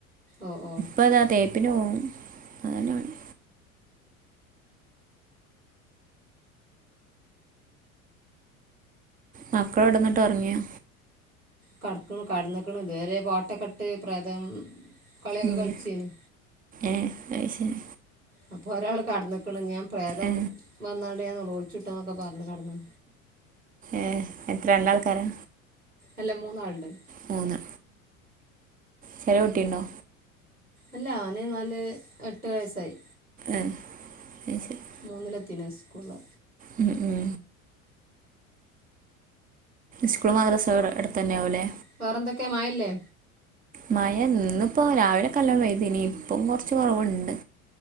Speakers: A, on the right (about 85°); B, on the right (about 20°).
A: ഓ ഓ
B: പ്പതാ തേപ്പിന് പോവും. അതന്നെ പണി മക്കള അടന്നിട്ട് ഉറങ്ങിയോ
A: കടക്ക്ണ് കട്ന്ന്ക്ണ്. ഇതുവരെ പാട്ടൊക്കെ ഇട്ട് പ്രേതം കളിയൊക്കെ
B: ഉം.
A: കൾച്ചേനി
B: ഏ അയ്ശരി.
A: അപ്പൊ ഒരാള് കടന്ന്ക്കണ ഞാൻ പ്രേതം
B: ഏ
A: വന്നാണ്ട് ഞാൻനെലോളിച്ചിട്ടോ ന്നൊക്കെ പറഞ്ഞു കടന്നു.
B: ഏ എത്ര രണ്ടാൾക്കാരാ?
A: അല്ല മൂന്നാള്ണ്ട്.
B: മൂന്ന് ചെറിയ കുട്ടിണ്ടോ?
A: അല്ല അവന് നാല് എട്ട് വയസ്സായി.
B: ഏ അയ്ശരി <inaudible>
A: മൂന്നിലത്തിന് സ്കൂളില്
B: ഉം ഉം സ്കൂളും മദ്രസവിടെ എ ട്ത്തന്നെ ആവുംല്ലേ
A: വേറെന്തൊക്കെ മഴ ഇല്ലേ?
B: മഴ ഇന്നിപ്പ രാവിലെക്കല്ലോം പെയ്തിന്ന് ഇനി ഇപ്പം കുറച്ച് കുറവുണ്ട്.